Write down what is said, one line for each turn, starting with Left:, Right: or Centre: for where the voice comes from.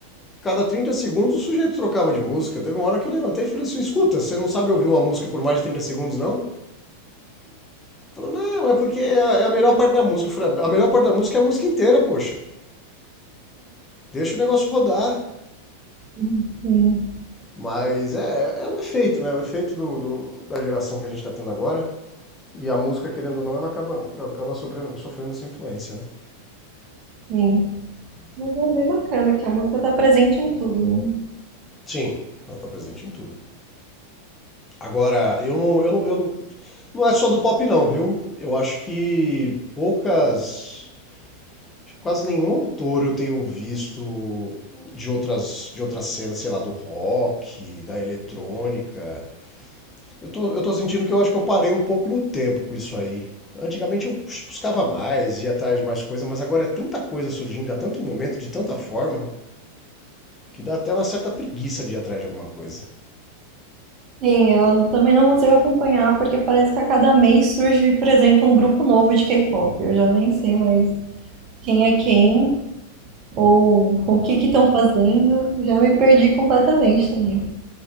Left: cada 30 segundos o sujeito trocava de música. Teve uma hora que eu levantei e falei assim: escuta, você não sabe ouvir uma música por mais de 30 segundos, não? Falou, não, é porque é a é a melhor parte da música. Eu falei, a melhor parte da música é a música inteira, poxa. Deixa o negócio rodar.
Right: hum, sim,
Left: Mas é, é um efeito, né? O efeito do, do- da geração que a gente está tendo agora. E a música, querendo ou não, ela acaba, acaba sobre- sofrendo essa influência, né?
Right: sim. Mas é bem bacana que a música tá presente em tudo, né?
Left: Sim, ela tá presente em tudo. Agora, eu não, eu não, eu não, não é só do pop não, viu? Eu acho que poucas, quase nenhum autor eu tenho visto de outras, de outras cenas, sei lá, do rock, da eletrônica. Eu tô, eu tô sentindo que eu acho que eu parei um pouco no tempo com isso aí. Antigamente eu bus- buscava mais, ia atrás de mais coisa, mas agora é tanta coisa surgindo, há tanto momento, de tanta forma, que dá até uma certa preguiça de ir atrás de alguma coisa.
Right: Sim, eu também não consigo acompanhar porque parece que a cada mês surge, por exemplo, um grupo novo de K-pop. Eu já nem sei mais quem é quem ou o que que estão fazendo. Já me perdi completamente também.